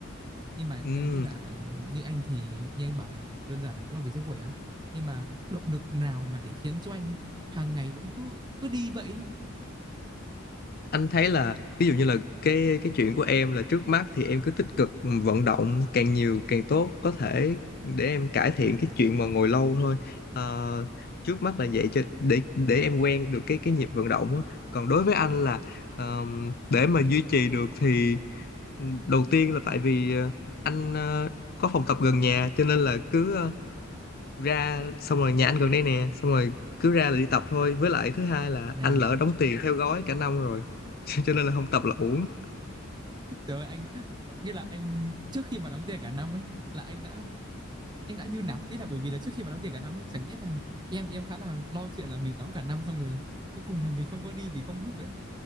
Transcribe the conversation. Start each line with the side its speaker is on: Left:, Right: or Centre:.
Right: nhưng mà
Left: ừ
Right: em nghĩ là như anh thì như anh bảo là đơn giản là cũng là vì sức khỏe á nhưng mà động lực nào mà để khiến cho anh hàng ngày vẫn cứ cứ đi vậy á
Left: anh thấy là ví dụ như là cái cái chuyện của em là trước mắt thì em cứ tích cực vận động càng nhiều càng tốt có thể để em cải thiện cái chuyện mà ngồi lâu thôi Ờ, trước mắt là vậy cho để để em quen được cái cái nhịp vận động á. Còn đối với anh là ờm, để mà duy trì được thì đầu tiên là tại vì ờ, anh ờ, có phòng tập gần nhà cho nên là cứ ờ, ra xong rồi nhà anh gần đây nè xong rồi cứ ra là đi tập thôi với lại thứ hai là
Right: Dọn nhà
Left: anh lỡ
Right: tiện
Left: đóng tiền theo gói cả năm rồi <laughs> cho nên là không tập là uổng
Right: trời ơi, anh nghĩa là anh trước khi mà đóng tiền cả năm ấy là anh đã anh đã như nào ý là bởi vì là trước khi mà đóng tiền cả năm ấy chẳng nghĩa là em thì em khá là lo chuyện là mình đóng cả năm xong rồi cuối cùng là mình không có đi vì không hợp ấy